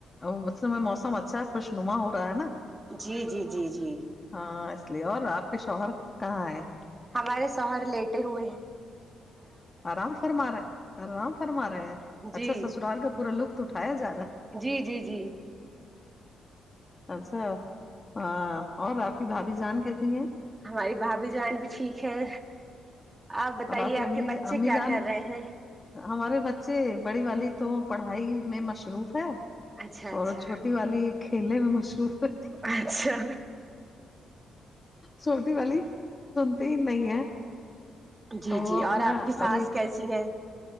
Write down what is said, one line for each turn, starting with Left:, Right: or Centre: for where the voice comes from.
Left: اس میں موسم اچھا ہے خوش نما ہو رہا ہے نا
Right: جی جی جی جی
Left: ہاں اس لیے اور آپ کے شوہر کہاں ہے
Right: ہمارے شوہر لیٹے ہوئے ہیں
Left: آرام فرما رہے آرام فرما رہے ہیں
Right: جی
Left: اچھا سسرال کا پورا لطف اٹھا یا زیادا
Right: جی جی جی
Left: اچھا ہاں اور آپ کی بھابھی جان کیسی ہے
Right: ہماری بھابھی جان بھی ٹھیک ہے آپ بتائیے
Left: اور کی
Right: آپ
Left: امی
Right: کے بچے
Left: امی
Right: کیا
Left: جان
Right: کر رہے ہیں
Left: ہمارے بچے بڑی والی تو پڑھائی میں مصروف ہے
Right: اچھا اچھا
Left: اور چھوٹی والی کھیلنے میں مصروف ہے
Right: اچھا
Left: چھوٹی والی سنتے ہی نہیں ہے
Right: جی
Left: وہ
Right: جی
Left: اپنا
Right: اور آپ کی ساس
Left: ابھی
Right: کیسی ہے